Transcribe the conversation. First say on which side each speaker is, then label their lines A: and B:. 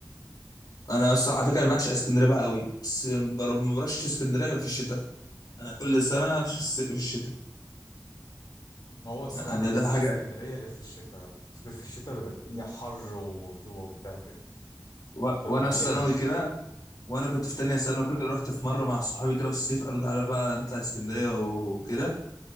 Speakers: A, on the left; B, on the left.
A: انا الصراحه على فكره انا بعشق اسكندريه بقى قوي بس بر- ما بروحش اسكندريه غير في الشتاء انا كل سنه في الس- في الشتاء
B: ما هو الصراحه
A: يعني
B: انت
A: ده,
B: ما
A: ده
B: تجيش
A: حاجه
B: اسكندريه غير في الشتاء فكر في الشتاء بيبقى الدنيا حر ورطوبه وبتاع كده
A: و...
B: تبقى
A: وانا
B: مليانه
A: في ثانوي كده وانا كنت في تانية ثانوي كده رحت في مره مع صحابي كده في الصيف قالوا تعالى بقى نطلع اسكندريه وكده